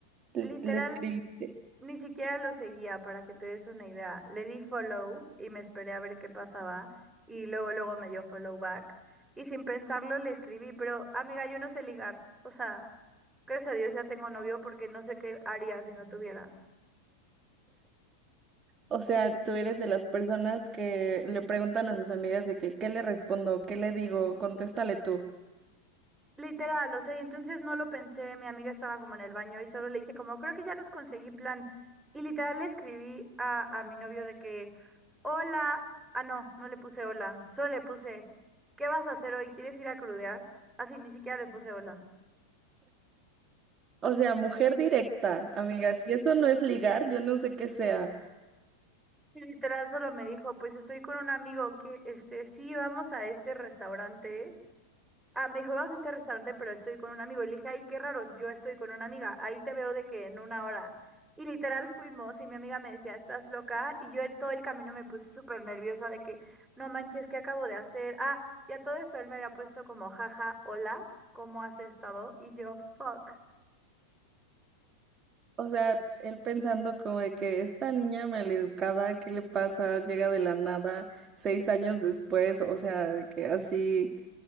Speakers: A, on the right; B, in the centre.
A: le
B: Literal,
A: le escribiste.
B: ni siquiera lo seguía para que te des una idea. Le di follow y me esperé a ver qué pasaba y luego luego me dio follow back y sin pensarlo le escribí, pero amiga, yo no sé ligar. O sea, gracias a Dios ya tengo novio porque no sé qué haría si no tuviera.
A: O sea, tú eres de las personas que le preguntan a sus amigas de que, ¿qué le respondo? ¿Qué le digo? Contéstale tú.
B: Literal, o sea, y entonces no lo pensé, mi amiga estaba como en el baño y solo le dije como, creo que ya nos conseguí plan. Y literal le escribí a, a mi novio de que, hola, ah, no, no le puse hola, solo le puse, ¿qué vas a hacer hoy? ¿Quieres ir a crudear? Así, ni siquiera le puse hola.
A: O sea, mujer directa, amigas. Si eso no es ligar, yo no sé qué sea.
B: Y literal solo me dijo, pues estoy con un amigo que, este, sí, vamos a este restaurante. Ah, me dijo, vamos a este restaurante, pero estoy con un amigo. Y le dije, ay, qué raro, yo estoy con una amiga. Ahí te veo de que en una hora. Y literal fuimos y mi amiga me decía, estás loca. Y yo en todo el camino me puse súper nerviosa de que, no manches, ¿qué acabo de hacer? Ah, y a todo eso él me había puesto como, jaja, hola, ¿cómo has estado? Y yo, fuck.
A: O sea, él pensando como de que esta niña maleducada, ¿qué le pasa? Llega de la nada seis años después, o sea, de que así.